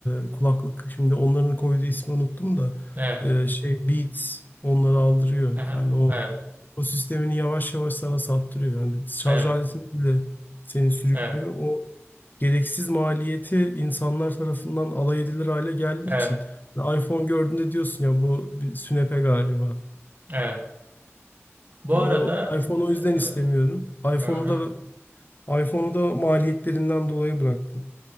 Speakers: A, on the left (about 40°); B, on the right (about 40°).
A: e, kulaklık şimdi onların koyduğu ismi unuttum da
B: Evet.
A: e, şey Beats onları aldırıyor.
B: Aha,
A: Yani o
B: evet.
A: ekosistemini yavaş yavaş sana sattırıyor. Yani şarj
B: Evet.
A: aletini bile seni sürüklüyor.
B: Evet.
A: O gereksiz maliyeti insanlar tarafından alay edilir hale geldiği
B: Evet.
A: için. Yani iPhone gördüğünde diyorsun ya bu bir sünepe galiba.
B: Evet. Bu
A: Yani
B: arada
A: o iPhone'u
B: e,
A: o yüzden
B: evet.
A: istemiyorum. iPhone'u
B: Aha,
A: da iPhone'u da maliyetlerinden dolayı bıraktım.